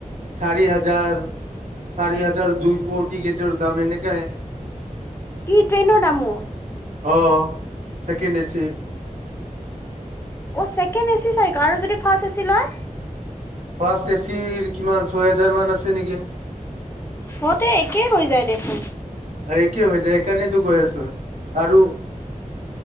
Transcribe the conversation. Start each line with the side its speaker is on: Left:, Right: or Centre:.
Right: চাৰি হাজাৰ চাৰি হাজাৰ দুইশ টিকেটৰ দাম এনেকাই
Left: কি ট্ৰেইনৰ দামো
Right: অহ ছেকেণ্ড এচিৰ
Left: ছেকেণ্ড এ চি আৰু যদি ফাষ্ট এ চি লয়
Right: ফাষ্ট এচিৰ কিমান ছয় হাজাৰ মান আছে নেকি?
Left: কতে একেই হৈ যায় দেখোন?
Right: একে হৈ যায় সেইকাৰণেতো কৈ আছো আৰু